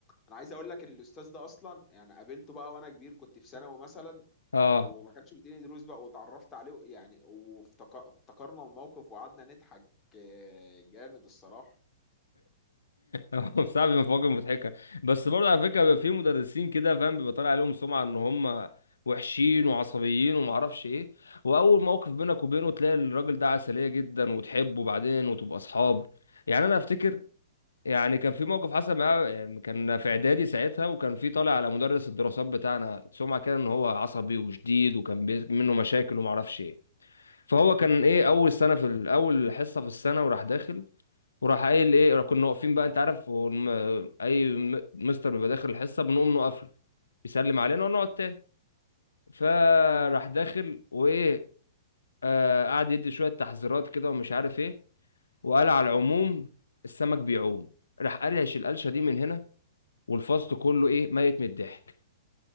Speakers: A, on the left; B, on the left.
A: انا عايز اقول لك الاستاذ ده اصلا يعني قابلته بقى وانا كبير كنت في ثانوي مثلا
B: اه
A: وما كانش بيديني دروس بقى واتعرفت عليه يعني وافتكرنا الموقف وقعدنا نضحك آه، جامد الصراحة
B: هو صعب مفاجأة مضحكه بس برضه على فكره بيبقى في مدرسين كده فاهم بيبقى طالع عليهم سمعه ان هم وحشين وعصبيين وما اعرفش ايه واول موقف بينك وبينه تلاقي الراجل ده عسليه جدا وتحبه بعدين وتبقى اصحاب يعني انا افتكر يعني كان في موقف حصل معاه آه، كان في اعدادي ساعتها وكان في طالع على مدرس الدراسات بتاعنا سمعه كده ان هو عصبي وشديد وكان بي- منه مشاكل وما اعرفش ايه فهو كان ايه اول سنه في ال- اول حصه في السنه وراح داخل وراح قايل ايه كنا واقفين بقى انت عارف هو الم- اي م- مستر بيبقى داخل الحصه بنقوم نقف له يسلم علينا ونقعد تاني فراح داخل وايه آه قعد يدي شويه تحذيرات كده ومش عارف ايه وقال على العموم السمك بيعوم راح قرش القلشه دي من هنا والفصل كله ايه ميت من الضحك